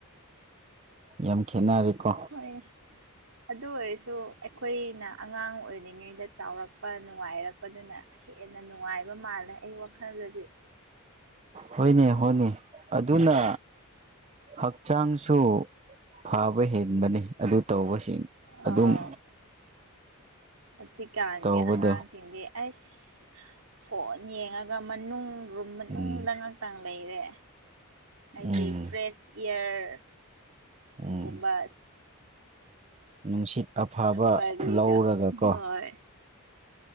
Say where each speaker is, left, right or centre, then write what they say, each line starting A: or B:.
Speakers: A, on the right (about 30°); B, on the right (about 65°).
A: ꯌꯥꯝ ꯈꯦꯅꯔꯦꯀꯣ
B: ꯍꯣꯏ ꯑꯗꯨ ꯑꯣꯏꯔꯁꯨ ꯑꯩꯈꯣꯏꯅ ꯑꯉꯥꯡ ꯑꯣꯏꯔꯤꯉꯩꯗ ꯆꯥꯎꯔꯛ ꯅꯨꯡꯉꯥꯏꯔꯛꯄꯗꯨꯅ ꯍꯦꯟꯅ ꯅꯨꯡꯉꯥꯏꯕ ꯃꯥꯜꯂꯦ ꯑꯩ ꯋꯥꯈꯜꯗꯗꯤ
A: ꯍꯣꯏꯅꯦ ꯍꯣꯏꯅꯦ ꯑꯗꯨꯅ ꯍꯛꯆꯥꯡꯁꯨ ꯐꯕ ꯍꯦꯟꯕꯅꯤ ꯑꯗꯨ ꯇꯧꯕꯁꯤꯡ
B: ꯑ
A: ꯑꯗꯨꯝ
B: ꯍꯧꯖꯤꯛꯀꯥꯟꯒꯤ
A: ꯇꯧꯕꯗꯣ
B: ꯑꯉꯥꯡꯁꯤꯡꯗꯤ ꯑꯁ ꯐꯣꯟ ꯌꯦꯡꯉꯒ ꯃꯅꯨꯡ ꯔꯨꯝ ꯃꯅꯨꯡꯗ
A: ꯎꯝ
B: ꯉꯥꯛꯇꯪ ꯂꯩꯔꯦ ꯍꯥꯏꯗꯤ
A: ꯎꯝ
B: ꯐ꯭ꯔꯦꯁ ꯏꯌꯥꯔ
A: ꯎꯝ
B: ꯝꯕ
A: ꯅꯨꯡꯁꯤꯠ ꯑꯐꯕ
B: ꯋꯥꯔꯤꯗ
A: ꯂꯧꯔꯒꯀꯣ
B: ꯍꯣꯏ